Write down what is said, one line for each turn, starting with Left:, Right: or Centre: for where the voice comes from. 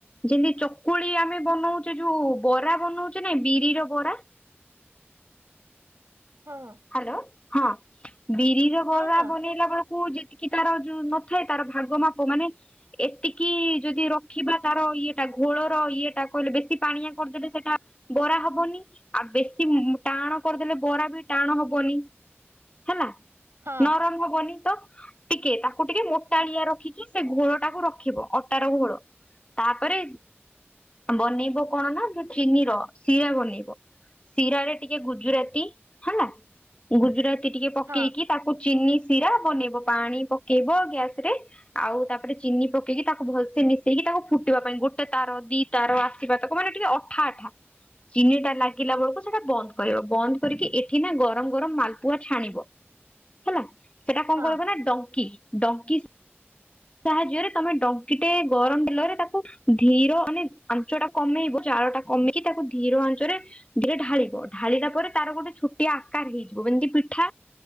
Left: ଯେମିତି ଚକୁଳି ଆମେ ବନଉଛେ ଯୋଉ ବରା ବନଉଛେ ନାଇ ବିରିର ବରା।
Right: ହଁ।
Left: ହାଲୋ ହଁ ବିରିର
Right: ହଁ
Left: ବରା
Right: ହଁ
Left: ବନେଇଲା ବେଳକୁ ଯେ କି ତାର ଯୋଉ ନଥାଏ ତାର ଭାଗ ମାପ ମାନେ ଏତିକି ଯଦି ରଖିବା ତାର ଇଏଟା ଘୋଳର ଇଏଟା କହିଲେ ବେଶୀ ପାଣିଆ କରିଦେଲେ ସେଟା ବରା ହବନି ଆଉ ବେଶୀ ଟାଣ କରିଦେଲେ ବରା ବି ଟାଣ ହବନି ହେଲା
Right: ହଁ
Left: ନରମ ହବନି ତ ଟିକିଏ ତାକୁ ଟିକିଏ ମୋଟାଳିଆ ରଖିକି ସେ ଘୋଳ ଟାକୁ ରଖିବ ଅଟାର ଘୋଳ। ତାପରେ ବନେଇବ କଣ ନା ଯୋଉ ଚିନି ର ଶିରା ବନେଇବ। ଶିରାରେ ଟିକେ ଗୁଜୁରାତି ହେଲା ଗୁଜୁରାତି ଟିକେ ପକେଇକି
Right: ହଁ ହଁ।
Left: ତାକୁ ଚିନି ଶିରା ବନେଇବ ପାଣି ପକେଇବ ଗ୍ୟାସ ରେ। ଆଉ ତାପରେ ଚିନି ପକେଇକି ତାକୁ ଭଲସେ ମିଶେଇକି ତାକୁ ଫୁଟିବା ପାଇଁ ଗୋଟେ ତାର ଦି ତାର ଆସିବା ତାକୁ ମାନେ ଟିକିଏ ଅଠା ଅଠା ଚିନିଟା ଲାଗିଲା ବଳକୁ ସେଟା ବନ୍ଦ କରିବ ବନ୍ଦ କରିକି ଏ ଠି ନା ଗରମ ଗରମ ମାଲପୁଆ ଛାଣିବ ହେଲା ସେଟା କଣ୍
Right: ହଁ ହଁ
Left: କହିବ ନା ଡଙ୍କି। ଡଙ୍କି ସାହାଯ୍ୟରେ ତମେ ଡଙ୍କିଟେ ଗରମ ବେଲରେ ତାକୁ ଧୀର ମାନେ ଆଞ୍ଚଟା କମେଇବ ଜାଳଟା କମେଇକି ତାକୁ ଧୀର ଆଞ୍ଚରେ ଧିରେ ଢାଳିବ ଢାଳିଲା ପରେ ତାର ଗୋଟେ ଛୋଟିଆ ଆକାର ହେଇଯିବ ଏମିତି ପିଠା।